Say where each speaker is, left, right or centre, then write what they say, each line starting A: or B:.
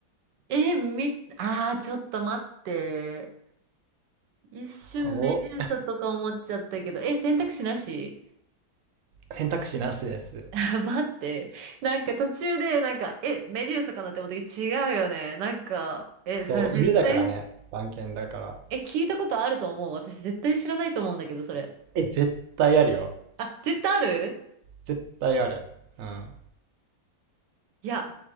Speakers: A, on the right; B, on the right.
A: え、み、ああ、ちょっと待って。一瞬メデューサとか思っちゃったけど、
B: うお、
A: え、選択肢なし
B: 選択肢なしです。
A: <laughs> 待って。なんか途中で、なんか、え、メデューサかなって思ったけど、違うよね。なんか、え、それ絶対し、
B: そう、犬だからね。番犬だから。
A: え、聞いたことあると思う。私絶対知らないと思うんだけど、それ。
B: え、絶対あるよ。
A: あ、絶対ある
B: 絶対ある。うん。
A: いや、